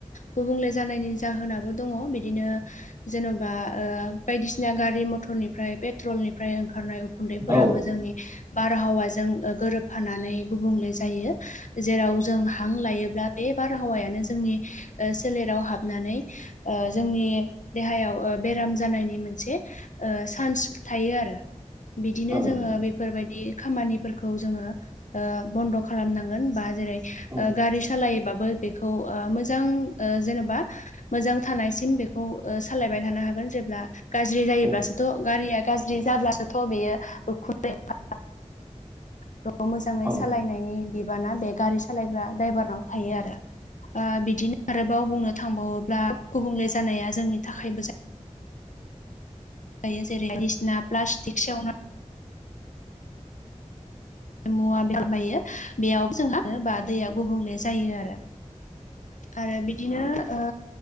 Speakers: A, on the left; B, on the right.
A: गुबुंले जानायनि जाहोनाबो दंङ बिदिनो जेन'बा ओ बायदिसिना गारि मथरनिफ्राय पेट्रलनिफ्राय ओंखारनाय उखुन्दैफोराबो
B: औ
A: जोंनि बारहावाजों गोरोबफानानै गुबुंले जायो। जेराव जों हां लायोब्ला बे बारहावायानो जोंनि ओ सोलेराव हाबनानै ओ जोंनि देहायाव बेराम जानायनि मोनसे ओ चान्स थायो आरो बिदिनो
B: औ
A: जोङो बेफोरबायदि खामानिफोर खौ जोङो ओ बन्द खालामनांगोन बा जै ओ
B: औ
A: गारि सालायबाबो बे खौ ओ मोजां ओ जेनबा मोजां थानायसिम बेखौ ओ सालायबाय थानो हागोन जेब्ला गाज्रि जायोब्लासोथ'
B: औ
A: गारिया गाज्रि जाब्लाथ' बेयो उखन्दै <inaudible> बेखौ मोजाङै
B: औ
A: सालायनायनि बिबाना बे गारि सालायग्रा द्राइभारनाव थायो आरो। ओ बिदिनो आरोबाव बुंनो थांबावोब्ला गुबुंले जानाया जोंनि थाखायबो जा <inaudible> जेरै बायदिसिना प्लास्टिक सेवना मुवा <inaudible> बेयावबो जोंहा बा दैया गुबुंले जायो आरो। आरो बिदिनो ओ